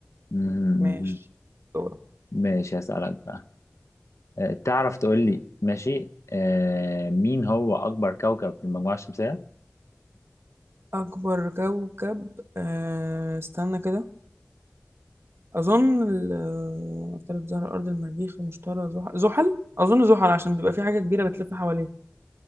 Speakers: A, on the left; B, on the right.
A: مهم.
B: ماشي دورة
A: ماشي هسألك بقى آه، تعرف تقول لي ماشي آه، مين هو أكبر كوكب في المجموعة الشمسية؟
B: أكبر كوكب أه استنى كده أظن ال- آه، عطارد زهرة الأرض المريخ المشتري زحل زحل أظن زحل عشان بيبقى في حاجة كبيرة بتلف حواليه